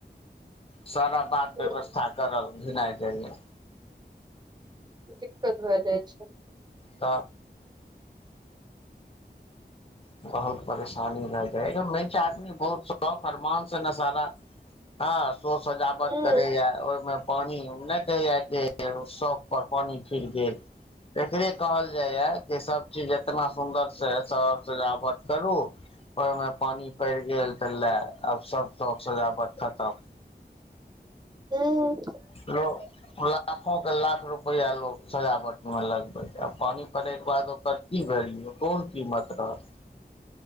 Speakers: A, on the left; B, on the right.
A: सारा बात
B: हूँ।
A: व्यवस्था करल घिनाय जायया।
B: दिक्कत भाए जाय छै।
A: त। बहुत परेशानी भाए जाय, हेयौ मैच आदमी बहुत शौक अरमान से ने सारा हां शो सजावट
B: हूं
A: करैया ओय मे पानी उ नै कहैया कि उ शौक पर पानी फीर गेल। फिरे कहल जायया कि सब चीज एतना सुन्दर से शौक सजावट करू। ओयमे पानी पैड़ गेल त लाए अब सब शौक सजावट खतम।
B: हुं।
A: लो लाखो के लाख रुपैया लोग सजावट मे लगबैया, पानी पड़ैके बाद ओ कर की वैल्यू कोन कीमत रहत।